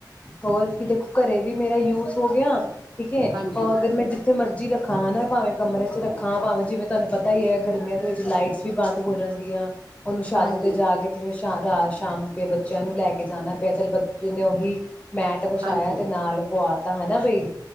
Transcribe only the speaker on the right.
ਹਾਂਜੀ
ਹਾਂਜੀ
ਹਾਂਜੀ